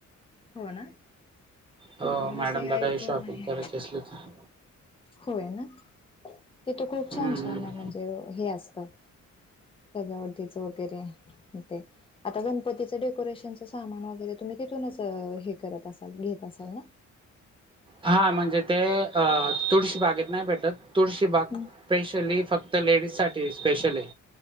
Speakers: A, on the left; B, on the right.
A: हो ना
B: अ
A: हा
B: मॅडमला
A: मी ते
B: काही
A: ऐकून
B: शॉपीग
A: आहे
B: करायची असली तर
A: होय ना तेथ खूप
B: हम्म
A: छान
B: हम्म.
A: छान म्हणजे हे असतं. सजावटीचा वैगरे होते आता गणपतीच. अता डेकोरेशनचं सामान वगैरे तुम्ही तिथूनच हे करत असाल घेत असाल ना.
B: हा म्हणजे ते अ तुळशीबागेत नाही भेटत तुळशीबाग.
A: हम्म
B: स्पेशली फक्त लेडीज साठी स्पेशल आहे